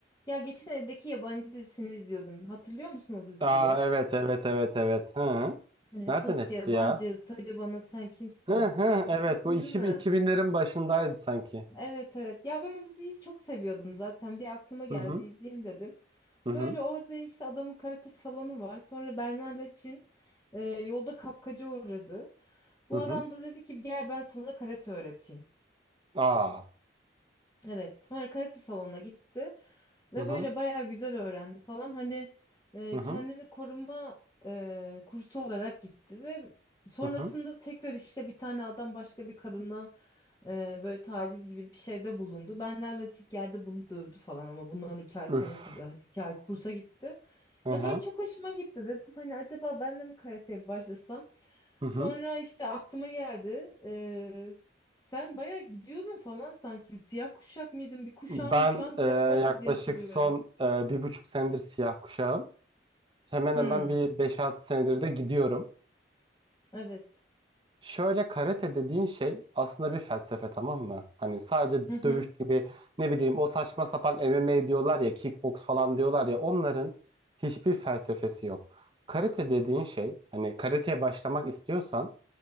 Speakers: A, on the left; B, on the right.
A: Ya geçen evdeki yabancı dizisini izliyordum. Hatırlıyor musun o diziyi?
B: Aa, evet evet evet evet. Hı.
A: Hani
B: Nereden
A: sus
B: esti
A: yabancı
B: ya?
A: söyle bana sen kimsin?
B: Hı hı evet
A: Hatırladın
B: bu iki-
A: değil mi?
B: bin iki binlerin başındaydı sanki.
A: Evet evet. Ya ben o diziyi çok seviyordum zaten. Bir aklıma geldi
B: Hı hı hı
A: izleyeyim dedim.
B: hı hı.
A: Böyle orada işte adamın karate salonu var. Sonra Bernar'la Çin e, yolda kapkaca uğradı. Bu
B: hı. hı.
A: adam da dedi ki gel ben sana karate öğreteyim.
B: Aa.
A: Evet, sonra karate salonuna gitti ve
B: Hı hı
A: böyle bayağı güzel öğrendi falan. Hani e,
B: hı hı
A: kendini koruma e, kursu olarak gitti ve sonrasında
B: hı. hı.
A: tekrar işte bir tane adam başka bir kadına e, böyle taciz gibi bir şeyde bulundu. Bernard Laçık geldi bunu dövdü falan ama bundan iki ay sonra
B: Üf.
A: tabii hani iki ay kursa gitti.
B: Hı
A: Ya
B: hı
A: böyle çok hoşuma gitti dedim hani acaba ben de mi karateye başlasam?
B: hı hı.
A: Sonra işte aklıma geldi. eee, sen bayağı gidiyordun falan sanki. Siyah kuşak mıydın? Bir kuşağın
B: Ben
A: muşağın
B: e,
A: bile vardı
B: yaklaşık
A: diye hatırlıyorum.
B: son e, bir buçuk senedir siyah kuşağım. Hemen
A: Hmm,
B: hemen bir beş altı senedir de gidiyorum.
A: evet.
B: Şöyle karate dediğin şey aslında bir felsefe tamam mı? Hani sadece
A: Hı hı,
B: dövüş gibi ne bileyim o saçma sapan MMA diyorlar ya kickbox falan diyorlar ya onların hiçbir felsefesi yok. Karate dediğin şey hani karateye başlamak istiyorsan